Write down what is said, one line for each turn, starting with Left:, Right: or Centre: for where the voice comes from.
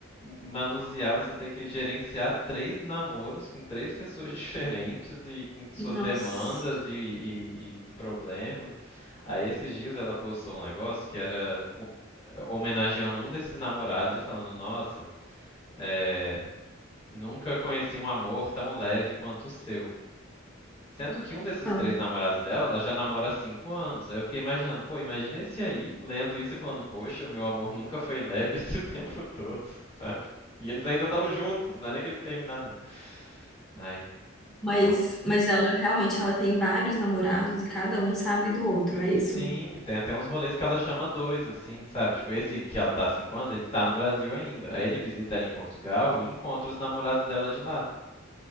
Left: manusear, você ter que gerenciar três namoros com três pessoas <laughs> diferentes e com suas
Centre: Nossa.
Left: demandas e, e- e- e problemas. Aí esses dias ela postou um negócio que era com- homenageando um desses namorados e falando, nossa, é, nunca conheci um amor tão leve quanto o seu. Sendo que um desses
Centre: Ah,
Left: três namorados dela, ela já namora há cinco anos. Aí eu fiquei imaginando, pô, imagina esse aí lendo isso e falando, poxa, o meu amor nunca foi leve <laughs> esse tempo todo, sabe? E eles ainda estão juntos, não é nem que eles terminaram. Ai,
Centre: Mas,
Left: não.
Centre: mas ela realmente ela tem vários namorados e cada um sabe do outro, é isso?
Left: Sim, tem até uns rolês que ela chama dois, assim, sabe? Tipo, esse que ela tá há cinco anos, ele tá no Brasil ainda. Aí ele visita ela em Portugal e encontra os namorados dela de lá.